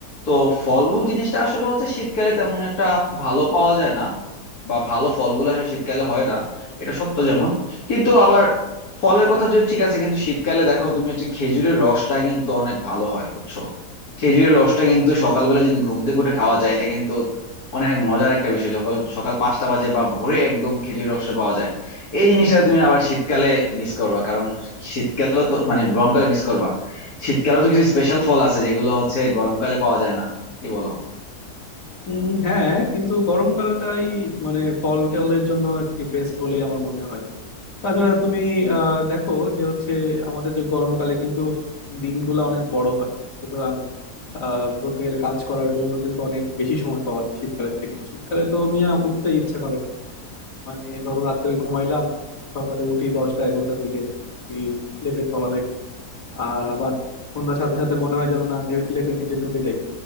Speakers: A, on the left; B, on the left.
A: তো ফলমূল জিনিসটা আসলে হচ্ছে শীতকালে তেমন একটা ভালো পাওয়া যায় না বা ভালো ফলগুলো আসলে শীতকালে হয় না এটা সত্য যেমন কিন্তু আবার ফলের কথা যদি ঠিক আছে কিন্তু শীতকালে দেখো তুমি হচ্ছে খেজুরের রসটা কিন্তু অনেক ভালো হয় বুঝছো খেজুরের রসটা কিন্তু সকালবেলা যদি ঘুম থেকে উঠে খাওয়া যায় এটা কিন্তু অনেক মজার একটা বিষয় যখন সকাল পাঁচটা বাজে বা ভোরে একদম খেজুরের রসটা পাওয়া যায় এই জিনিসটা তুমি আবার শীতকালে মিস করবা কারণ শীতকালেও তো মানে গরমকালে মিস করবা শীতকালেও তো কিছু স্পেশাল ফল আছে যেগুলো হচ্ছে গরমকালে পাওয়া যায় না কি বলো
B: উম, হ্যাঁ কিন্তু গরমকালটাই মানে ফল টলের জন্য একটি বেস্ট বলেই আমার মনে হয় তাছাড়া তুমি আহ দেখো যে হচ্ছে আমাদের যে গরমকালে কিন্তু দিনগুলো অনেক বড় হয় সুতরাং আহ বলতে গেলে কাজ করার জন্য কিন্তু অনেক বেশি সময় পাওয়া যায় শীতকালের থেকে শীতকালে তো মিয়া উঠতে ইচ্ছা করে না মানে ধরো রাত্রে ঘুমাইলাম সকালে উঠি দশটা এগারোটার দিকে ওই লেপের তলা থেকে আর আবার সন্ধ্যার সাথে সাথে মনে হয় যেন না লে- লেপের নিচে ঢুকে যাই